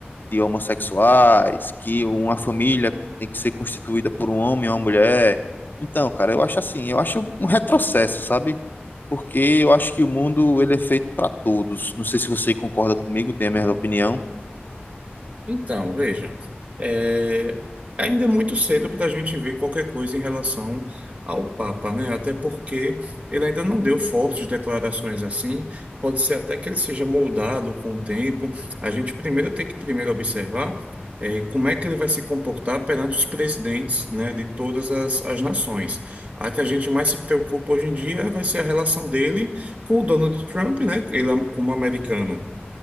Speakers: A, on the left (about 55°); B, on the right (about 35°).
A: de homossexuais, que uma família tem que ser constituída por um homem e uma mulher. Então, cara, eu acho assim, eu acho um retrocesso, sabe? Porque eu acho que o mundo ele é feito para todos. Não sei se você concorda comigo, tem a mesma opinião.
B: Então, veja, é, ainda é muito cedo para a gente ver qualquer coisa em relação ao Papa, né? Até porque ele ainda não deu fortes declarações assim. Pode ser até que ele seja moldado com o tempo. A gente primeiro tem que primeiro observar é, como é que ele vai se comportar perante os presidentes, né, de todas as, as nações. A que a gente mais se preocupa hoje em dia vai ser a relação dele com o Donald Trump, né? Ele é um, como americano